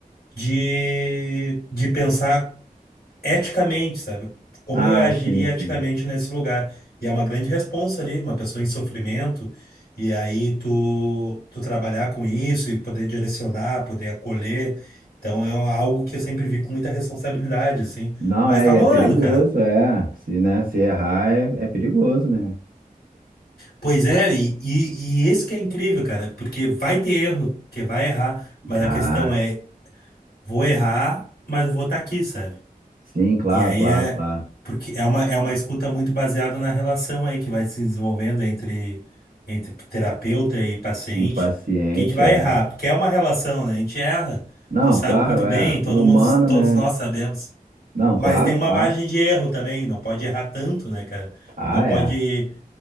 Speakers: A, on the left (about 80°); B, on the right (about 70°).
A: de, de pensar eticamente, sabe? Como
B: Ah,
A: eu agiria
B: sim, sim.
A: eticamente nesse lugar. E é uma grande responsa ali, uma pessoa em sofrimento, e aí tu, tu trabalhar com isso e poder direcionar, poder acolher. Então é algo que eu sempre vi com muita responsabilidade, assim.
B: Não,
A: Mas
B: é,
A: tá
B: e
A: rolando,
B: é perigoso,
A: cara.
B: é. Se, né, se errar, é, é perigoso, né?
A: Pois é, e, e, e esse que é incrível, cara, porque vai ter erro, que vai errar, mas
B: Caraca.
A: a questão é, vou errar, mas eu vou estar aqui, sabe?
B: Sim, claro,
A: E aí
B: claro,
A: é,
B: claro.
A: porque é uma, é uma escuta muito baseada na relação aí que vai se desenvolvendo entre, entre terapeuta e paciente,
B: E paciente,
A: que a gente vai
B: é.
A: errar, porque é uma relação, né? A gente erra,
B: Não,
A: tu sabe
B: claro,
A: muito bem,
B: é. Humano,
A: todo mundo, todos
B: né?
A: nós sabemos.
B: Não,
A: Mas
B: claro,
A: tem uma
B: claro.
A: margem de erro também, não pode errar tanto, né, cara?
B: Ah,
A: Não
B: é.
A: pode